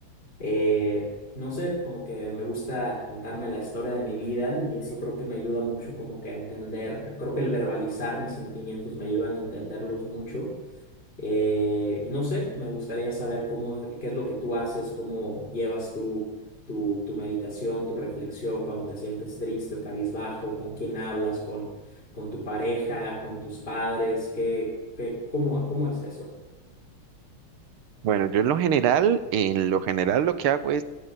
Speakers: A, on the left; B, on the right.
A: Eh, no sé, como que me gusta contarme la historia de mi vida y eso creo que me ayuda mucho como que a entender, creo que el verbalizar mis sentimientos me ayudan a entenderlos mucho. Eh, y no sé, me gustaría saber cómo, qué es lo que tú haces, cómo llevas tu, tu, tu meditación, tu reflexión cuando te sientes triste o cabizbajo, con quién hablas, con, con tu pareja, con tus padres, qué, qué, cómo, cómo es eso.
B: Bueno, yo en lo general, en lo general lo que hago es